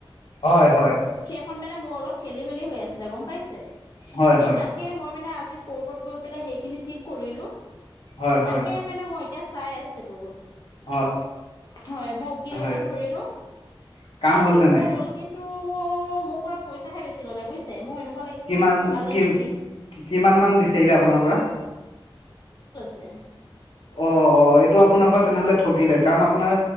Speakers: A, on the left; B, on the left.
A: হয়, হয়।
B: খন মানে মোৰ অলপ খেলি মেলি হৈ আছিলে গম পাইছে এ
A: হয় হয়
B: তাকে মই মানে আ গ প সেইখিনি ঠিক কৰিলো
A: হয়
B: তাকে
A: হয়
B: মানে মই এতিয়া চাই আছিলো।
A: হয়।
B: হয় মই উকিল এজন
A: হয়
B: ধৰিলো
A: কাম
B: কামটো
A: নে
B: হ'ল
A: নাই
B: কিন্তু, মোৰ পৰা পইচােছি ললে বুজিছে মই এনে, লাগিছে
A: কিমান
B: মোক,
A: কিমান
B: ঠগালে নেকি
A: মান বিচাৰিলে আপোনাৰ পৰা
B: তে
A: অ', অ', এই টো আপোনাৰ পৰা তেনেহ'লে ঠগিলে কাৰণ আপোনাৰ